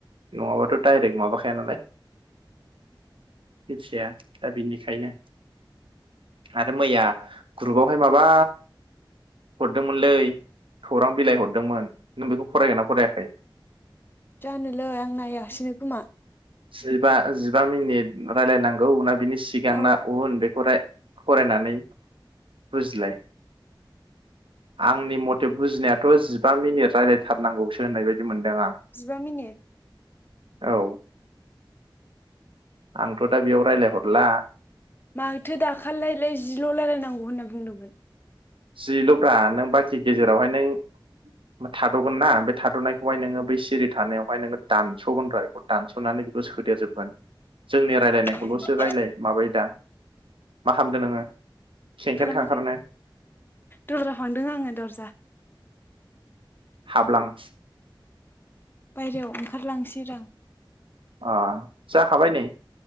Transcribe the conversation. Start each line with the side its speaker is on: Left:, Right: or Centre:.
Right: नङाबाथ' डायरेक्ट माबाखाया नालाय मिथिया दा बिनिखायनो आरो मैया ग्रुपावहाय माबा हरदोंमोनलै खौरां बिलाइ हरदोंमोन। नों बेखौ फरायगोन ना फरायाखै
Left: जानोलै आं नायासैनो खोमा
Right: जिबा-जिबा मिनिट रायलायनांगौ ना बिनि सिगांना
Left: औ
Right: उन बे फराय फरायनानै बुजिलाय आंनि मथे बुजिनायाथ' जिबा मिनिट रायलायथारनांगौसो होननाय बायदि मोनदों। आं
Left: जिबा मिनिट?
Right: औ। आंथ' दा बेयाव रायलायहरला
Left: माथो दाखाललायलाय जिल रायलायनांगौ होनना बुंदोंमोन।
Right: जिल'ब्रा नों बाखि गेजेरावहाय नों थाद'गोन ना बे थाद'नायखौहाय नोङो बै सिरि थानायावहाय नोङो दानस'गोनब्रा बेखौ दानस'नानै बेखौ सोदेर जोबगोन। जोंनि रायजलायनायखौलसो
Left: ए
Right: रायलाय माबायो दा। मा खामदों नोङो? सेंखेर
Left: खालामाखै
Right: खारखारनो
Left: दरजा फांदों आङो दरजा।
Right: हाबलां
Left: बायरायाव ओंखारलांसै रा
Right: अ जाखाबाय नै।